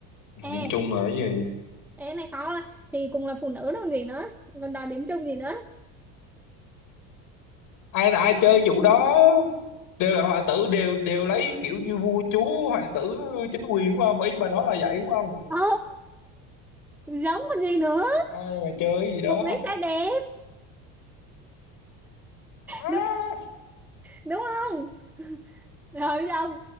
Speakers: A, in the centre; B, on the left.
A: ê
B: điểm chung là cái gì
A: ê cái này khó lắm. thì cùng là phụ nữ đâu còn gì nữa còn đòi điểm chung gì nữa
B: ai ai chơi vụ đó đều là hoàng tử đều đều lấy kiểu như vua chúa hoàng tử chính quyền đúng không ý bà nói là vậy đúng không
A: ừ giống còn gì nữa
B: ai mà chơi cái gì đó
A: cô lấy trái đẹp
B: Má
A: đúng đúng không rồi giờ ông